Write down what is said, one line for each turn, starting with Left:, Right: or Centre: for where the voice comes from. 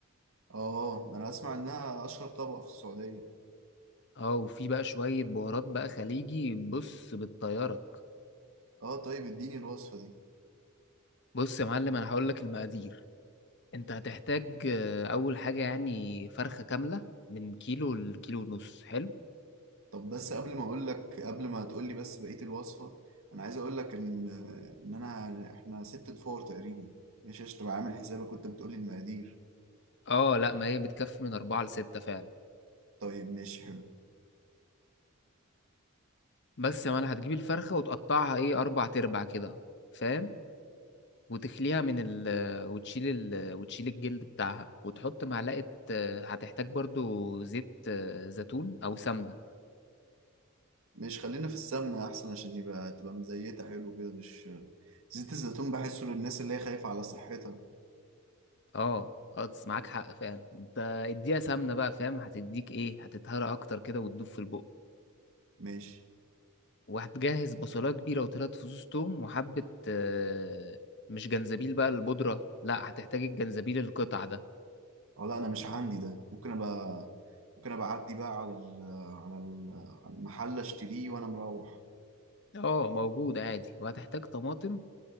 Right: اه انا اسمع انها اشهر طبق في السعودية
Left: اه وفي بقى شوية بهارات بقى خليجي بص بتطيرك
Right: اه طيب اديني الوصفة دي
Left: بص يا معلم انا هقول لك المقادير انت هتحتاج آه، اول حاجة يعني فرخة كاملة من كيلو لكيلو ونص حلو
Right: طب بس قبل ما اقول لك قبل ما تقول لي بس بقية الوصفة انا عايز اقول لك ان ان انا احنا ست فور تقريبا ماشي عشان تبقى عامل حسابك كنت بتقول لي المقادير
Left: اه لا ما هي بتكفي من اربعة لستة فعلا
Right: طيب ماشي حلو
Left: بس يا معلم هتجيب الفرخة وتقطعها ايه اربع تربع كده فاهم وتخليها من ال وتشيل ال وتشيل الجلد بتاعها وتحط معلقة آه، هتحتاج برضو زيت آه، زيتون أو سمنة
Right: مش خلينا في السمنة أحسن عشان يبقى تبقى مزيتة حلو كده مش زيت الزيتون بحسه للناس اللي هي خايفة على صحتها
Left: اه اه معاك حق فعلا انت اديها سمنة بقى فاهم هتديك ايه هتتهرى اكتر كده وتدوب في البق
Right: ماشي
Left: وهتجهز بصلاية كبيرة وتلات فصوص توم وحبة آه، مش جنزبيل بقى البودرة لا هتحتاج الجنزبيل القطع ده
Right: أو لا أنا مش عندي ده ممكن أبقى ممكن أبقى أعدي بقى على ال... على ال... على المحل أشتريه وأنا مروح
Left: اه موجود عادي وهتحتاج طماطم